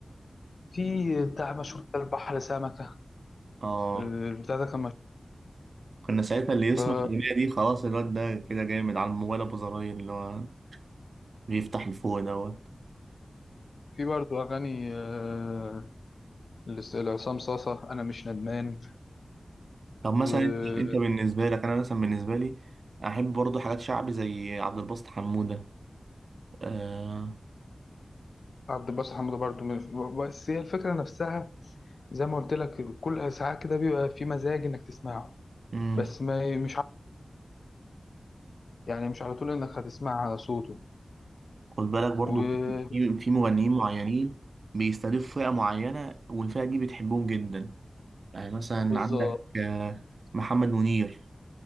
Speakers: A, on the left (about 75°); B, on the right (about 75°).
A: في بتاع مشهور كده البحر سمكه
B: اه
A: البتاع ده كان مشهور
B: كنا ساعتها اللي يسمع
A: ف-
B: الأغنية دي خلاص الواد ده كده جامد على الموبايل أبو زراير اللي هو بيفتح لفوق دوت
A: في برضه اغاني آه، لس- لعصام صاصه انا مش ندمان
B: طب مثلا
A: وعبد
B: انت انت بالنسبه لك انا مثلا بالنسبه لي احب برضو حاجات شعبي زي عبد الباسط حموده آه
A: عبد الباسط حموده برضه من- بس هي الفكره نفسها زي ما قلت لك كل ساعات كده بيبقى في مزاج انك تسمعه
B: امم
A: بس ما مش ع- يعني مش على طول انك هتسمع صوته
B: خد بالك برضو
A: و
B: في في مغنيين معينين بيستهدفوا فئه معينه والفئه دي بتحبهم جدا يعني مثلا
A: بالظبط
B: عندك آه محمد منير